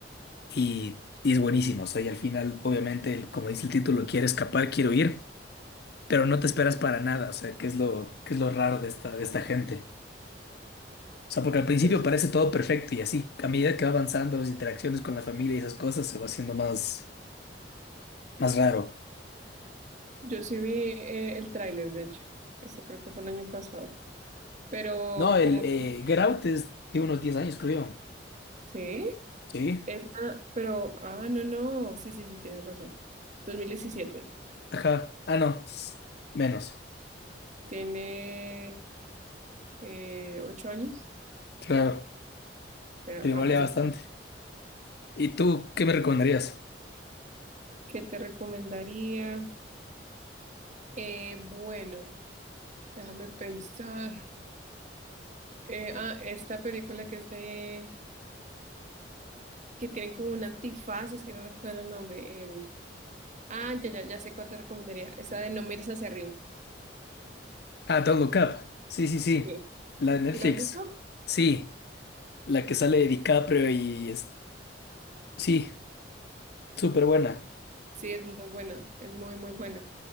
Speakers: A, on the left; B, on the right.
A: y, y es buenísimo. O sea, y al final, obviamente, el- como dice el título, quiere escapar, quiero ir, pero no te esperas para nada. O sea, que es lo, que es lo raro de esta, de esta gente. O sea, porque al principio
B: Pues,
A: parece todo perfecto y así, a medida que va avanzando las interacciones con la familia y esas cosas, se va haciendo más, más raro.
B: Yo sí vi eh, el tráiler, de hecho. Eso creo que fue el año pasado. Pero
A: No, el
B: como...
A: eh, Get Out es de unos diez años, creo. yo.
B: ¿Sí?
A: Sí,
B: Esa, pero, ah, no, no, sí, sí, sí, tienes razón. dos mil diecisiete
A: ajá. Ah, no, s- menos.
B: tiene eh, ocho años,
A: Claro,
B: ya
A: pero igual
B: ha pasado.
A: ya bastante. ¿Y tú qué me recomendarías?
B: ¿Qué te recomendaría? Eh, bueno, déjame pensar. Eh, ah, esta película que es de, que tienen como un antifaz, es que no recuerdo el nombre. em, ah, ya, ya, ya sé cuál te recomendaría. Esa de No mires hacia arriba.
A: Ah, Don't Look Up. Sí, sí, sí.
B: Sí.
A: La de Netflix.
B: ¿Sí la has visto?
A: Sí, la que sale de DiCaprio y es... Sí, súper buena.
B: Sí, es muy buena, es muy, muy buena.